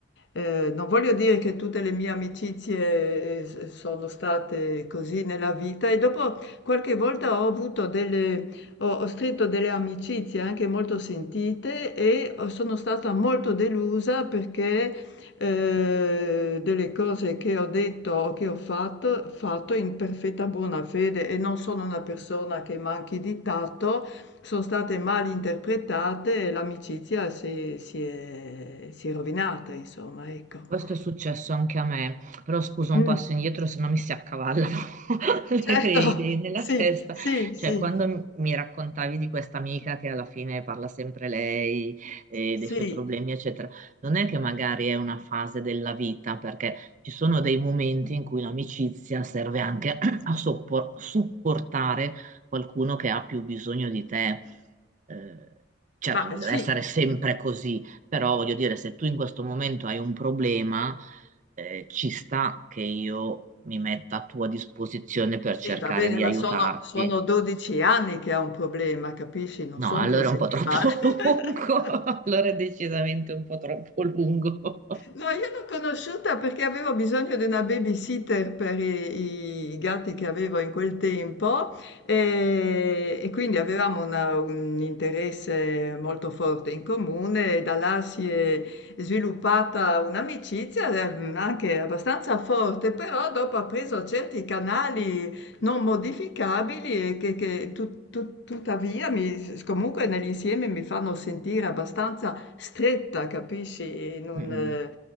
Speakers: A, on the left; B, on the right.
A: Eh, non voglio dire che tutte le mie amicizie eh, sono state così nella vita e dopo qualche volta ho avuto delle ho ho stretto delle amicizie anche molto sentite e ho sono stata molto delusa perché, ehm, delle cose che ho detto o che ho fatto fatto in perfetta buona fede e non sono una persona che manchi di tatto, son state mal interpretate e l'amicizia si si è si è rovinata insomma, ecco.
B: Questo è successo anche a me, però scusa
A: Mh,
B: un passo indietro se no mi si accavallano <laughs> le,
A: certo,
B: le idee
A: <laughs>
B: nella
A: sì,
B: testa.
A: sì, sì,
B: Cioè, quando m- mi raccontavi di questa amica che alla fine parla sempre lei e
A: sì,
B: dei suoi problemi, eccetera, non è che magari è una fase della vita, perché ci sono dei momenti in cui l'amicizia serve anche <clears throat> a soppor- supportare qualcuno che ha più bisogno di te. Eh, certo,
A: ma
B: non
A: eh,
B: deve
A: sì.
B: essere sempre così, però voglio dire, se tu in questo momento hai un problema, eh, ci sta che io mi metta a tua disposizione per
A: Sì,
B: cercare
A: va bene,
B: di
A: ma
B: aiutarti.
A: sono, sono 12 anni che ha un problema, capisci? Non
B: No,
A: sono
B: allora
A: 3 settimane.
B: è un po' troppo <laughs> lungo,
A: <laughs>
B: allora è decisamente un po' troppo lungo.
A: No, io l'ho conosciuta perché avevo bisogno di una babysitter per i, i gatti che avevo in quel tempo e, e quindi avevamo una- un interesse molto forte in comune e da là si è sviluppata un'amicizia eh, anche abbastanza forte, però dopo ha preso certi canali non modificabili e che, che tut- tut- tuttavia mi- comunque nell'insieme mi fanno sentire abbastanza stretta, capisci? In un,
B: Mm.
A: eh,